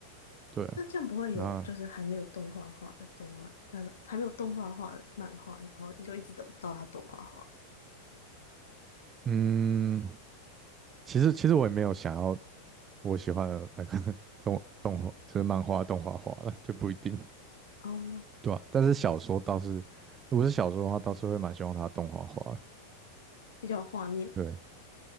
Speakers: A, on the right; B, on the left.
A: 对啊，
B: 那这样不会有就是还没有动画化的动漫，
A: 那
B: 他还没有动画化的漫画，然后你就一直等不到他动画化，
A: 嗯，其实其实我也没有想要我喜欢的那个 <laughs> 动动画，就是漫画动画化了，就不一定，
B: 哦，
A: 对啊？但是小说倒是，如果是小说的话，倒是会蛮希望它动画化的。
B: 比较有画面。
A: 对，